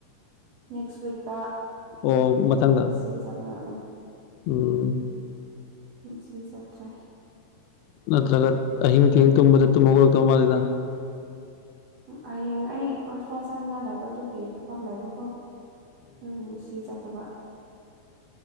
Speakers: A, on the right; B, on the left.
A: ꯅꯦꯛꯁ ꯋꯤꯛꯇ
B: ꯑꯣ ꯃꯊꯪꯗ
A: ꯉꯁꯤ ꯆꯠꯂꯔ
B: ꯎꯝ
A: ꯃꯁꯤ ꯆꯠꯇ꯭ꯔꯦ
B: ꯅꯠꯇ꯭ꯔꯒ ꯑ ꯍꯤꯡ ꯊ ꯍꯤꯡ ꯇꯨꯝꯃꯗ ꯇꯨꯒ ꯇꯧ ꯃꯥꯗ
A: ꯍꯌꯦꯡ ꯑꯩ ꯍꯁꯄꯤꯇꯥꯜ <inaudible> ꯆꯥꯠꯅꯤꯡꯉꯥꯏ ꯂꯩꯕ ꯑꯗꯨꯒꯤ ꯊꯕꯛ ꯂꯩꯕꯀꯣ ꯎꯝ ꯁꯤ ꯆꯠꯇꯕ